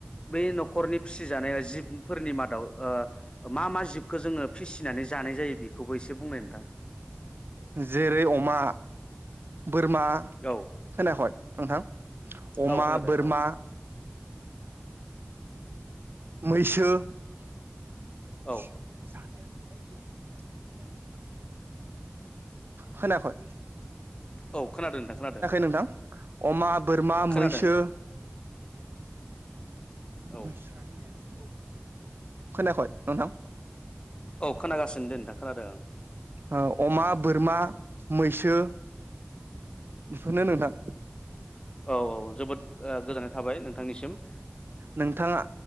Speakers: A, on the left (about 25°); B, on the right (about 55°).
A: बै नखरनि फिसिजानाया जिबफोरनि माद दाउ ओ मा मा जिबखौ जोङो फिसिनानै जानाय जायो बे खौबो एसे बुंनाय नोंथां।
B: जेरै अमा, बोरमा,
A: औ
B: होनायाखै नोंथां। अमा
A: औ खोनादों
B: बोरमा
A: औ
B: मैसो <unintelligible> <unintelligible>
A: औ
B: खोनायाखै?
A: औ खोनादों नोंथां खोनादों।
B: नोंथां अमा बोरमा
A: खोनादों
B: मैसो
A: औ
B: <unintelligible> खोनायाखै नोंथां।
A: अ खोनागासिनो दे नोंथां खोनादों आं
B: ओ अमा बोरमा मैसो बेफोरनो नोंथां
A: औ औ जोबोद ओ गोजोननाय थाबाय नों नोंथांनि सिम।
B: नोंथाङा